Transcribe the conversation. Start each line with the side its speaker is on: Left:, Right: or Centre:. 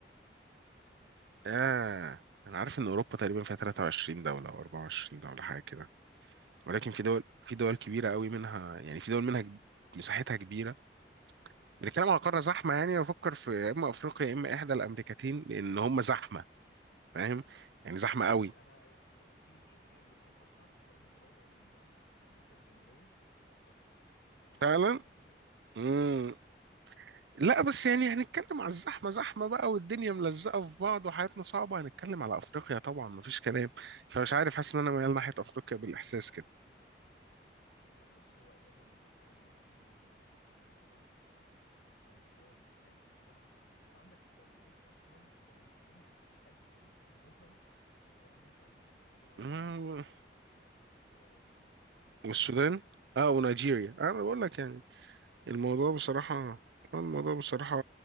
Right: آه أنا عارف إن أوروبا تقريبا فيها 23 دولة أو 24 دولة حاجة كده ولكن
Left: مظبوط
Right: في دول في دول كبيرة قوي منها يعني في دول منها كب- مساحتها كبيرة بنتكلم على قارة زحمة يعني بفكر في يا إما أفريقيا يا إما إحدى الأمريكتين لأن هم زحمة فاهم يعني زحمة قوي
Left: بص انا يعني في في الاثنين اصلا عددهم قريب قوي من بعض امريكا الجنوبيه وافريقيا انا
Right: فعلا
Left: سألت لك الاجابه
Right: مم.
Left: اه
Right: لا بس يعني هنتكلم على الزحمة زحمة بقى والدنيا ملزقة في بعض وحياتنا صعبة هنتكلم على أفريقيا طبعا مفيش كلام فمش عارف حاسس إن أنا ميال ناحية أفريقيا بالإحساس كده
Left: لا بص هو اجابه منطقيه 100% هي افريقيا طبعا اجابه صحيحه آه، بسبب تع- طبعا انت عندك دولتين اصلا دولتين قد ست دول <laughs> موجودين في امريكا الجنوبيه
Right: مم.
Left: مصر و... و...
Right: والسودان
Left: ونيجيريا
Right: اه ونيجيريا انا
Left: نيجيريا
Right: بقول لك يعني
Left: آه.
Right: الموضوع
Left: ست
Right: بصراحة
Left: دول
Right: آه، الموضوع بصراحة